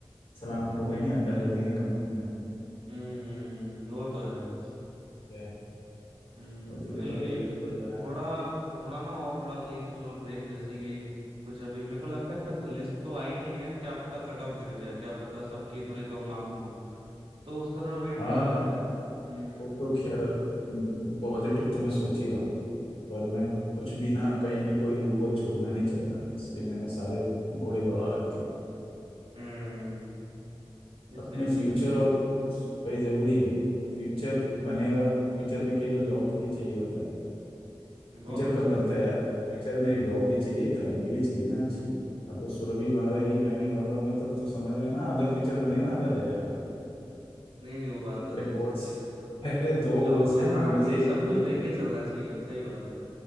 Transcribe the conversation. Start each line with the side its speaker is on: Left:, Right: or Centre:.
Left: सलाम ठोकेंगे अंदर ले लेंगे कंपनी में
Right: हम्म हम्म, वो तो है
Left: ठीक है
Right: हम्म,
Left: और तुझे
Right: नहीं
Left: पता ही है क्यों जाना है
Right: थोड़ा थोड़ा ना और थोड़ा कहीं कुछ और देख जैसे कि कुछ अभी मेरे को लगता है अभी तक लिस्ट तो आई नहीं है क्या पता कट ऑफ गिर जाए क्या पता सबके थोड़े कम मार्क्स हों तो उसका थोड़ा वेट
Left: हाँ
Right: कर लेते हैं हम्म
Left: वो तो खैर पॉजिटिव तो मैं सोच ही रहा हूँ पर
Right: हम्म
Left: मैं कुछ भी ना कहीं भी कोई लूप होल छोड़ना नहीं चाहता इसलिए मैंने सारे घोड़े दौड़ा रखे हैं
Right: हम्म, ये
Left: अपने
Right: सही
Left: फ्यूचर
Right: किया
Left: और भाई जरूरी है तो फ्यूचर बनेगा फ्यूचर में केवल जॉब थोड़ी चाहिए होता है
Right: बहुत
Left: फ्यूचर
Right: कुछ
Left: कब
Right: ये
Left: बनता
Right: होता
Left: है
Right: है
Left: यार फ्यूचर में एक जॉब भी चाहिए एक फैमिली भी चाहिए ना अच्छी अब वो सुरभि वहां रहेगी मैं कहीं और रहूंगा तो तो समझ रहे हैं ना आधा फ्यूचर बनेगा आधा रह जाएगा
Right: नहीं नहीं वो बात तो
Left: मेरे
Right: तेरी
Left: गोल्स
Right: सही है मतलब
Left: मेरे दो
Right: अब जो
Left: गोल्स हैं
Right: हाँ
Left: दो में
Right: नहीं
Left: से
Right: सब
Left: एक
Right: कुछ
Left: पूरा
Right: देख
Left: होगा,
Right: के चलना चाहिए सही बात है